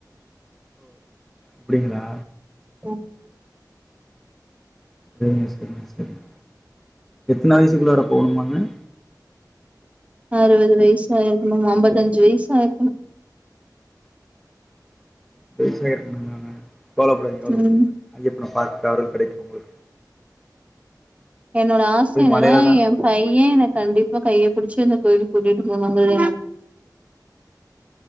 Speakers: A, in the centre; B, on the right.
A: அப்டிங்ளா
B: ம்
A: செரிங்க செரிங்க செரிங்க எத்தன வயசுக்குள்ளறா போகணுமாங்க
B: அறுபது வயசாயிருக்கணு அம்பத்தஞ்சு வயசாயிருக்கணு
A: வயசாயிருக்கனுமாங்க கவலப்படாதிங் கவலப்படாதிங்க
B: ம்
A: அவர பாக்குற அருள் கிடைக்கு உங்ளுக்கு
B: என்னோட ஆச என்னன்னா
A: மலையில
B: ஏ பைய எனக்கு கண்டிப்பா கைய புடிச்சு வந்து கோயிலுக்கு கூட்டிட்டு போணுன்றது